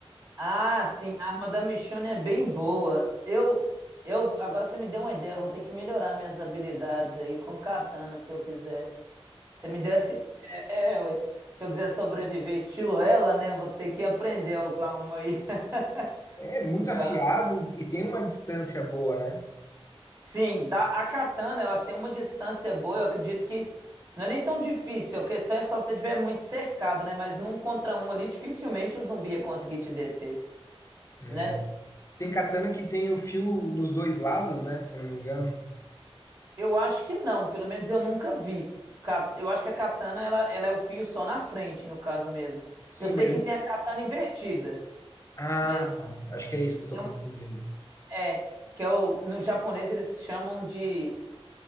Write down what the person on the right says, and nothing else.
Ah, sim, a arma da Michonne é bem boa. Eu, eu, agora você me deu uma ideia, eu vou ter que melhorar minhas habilidades aí com katana, se eu quiser. Você me deu essa ideia, é, ué. Se eu quiser sobreviver estilo ela, né, eu vou ter que aprender a usar uma aí, <laughs>
no caso.
Sim, da, a katana, ela tem uma distância boa, eu acredito que não é nem tão difícil, a questão é só se você estiver muito cercado, né, mas num contra um ali, dificilmente o zumbi ia conseguir te deter,
né?
Eu acho que não, pelo menos eu nunca vi. Ca- Eu acho que a katana ela, ela é o fio só na frente, no caso mesmo.
Eu sei
que tem a katana invertida,
mas
tem
um,
é que é o, no japonês eles chamam de